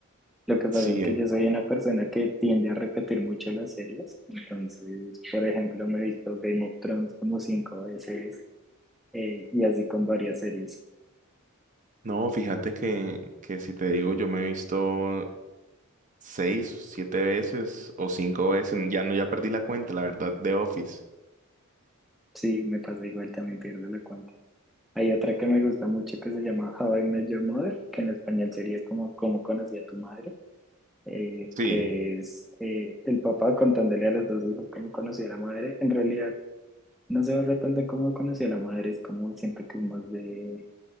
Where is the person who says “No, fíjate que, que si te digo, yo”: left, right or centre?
Right